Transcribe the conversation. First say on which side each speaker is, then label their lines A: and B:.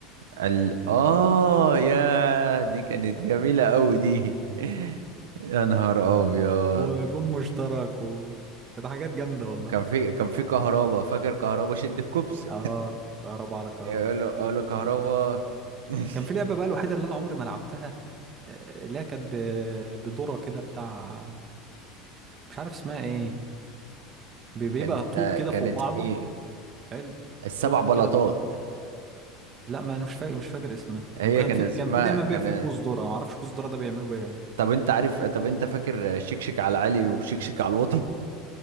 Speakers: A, on the right (about 85°); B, on the right (about 35°).
A: ال... آه يا دي كانت جميلة أوي دي <laughs> يا نهار أبيض
B: وجم مشترك و كانت حاجات جامده والله
A: كان في كان في كهربا فاكر كهربا شد الكوبس
B: اه كهرباء على كهرباء
A: يقول له يقول له كهربا <laughs>
B: كان في لعبه بقى الوحيده اللي انا عمري ما لعبتها آه، اللي هي كانت ب... بدوره كده بتاع مش عارف اسمها ايه بي- بيبقى
A: كانت
B: طوب
A: آه،
B: كده
A: كانت
B: فوق بعضه
A: ايه
B: حلو
A: السبع
B: طوب
A: بلاطات
B: كده ب... لا ما انا مش فاكر مش فاكر اسمه
A: هي
B: وكان
A: كان
B: في
A: اسمها
B: كان في دايما
A: كان
B: بيبقى في كوز ذره ما اعرفش كوز ذره ده بيعملوا بيه
A: طب انت عارف طب انت فاكر شكشك على العالي وشكشك على الواطي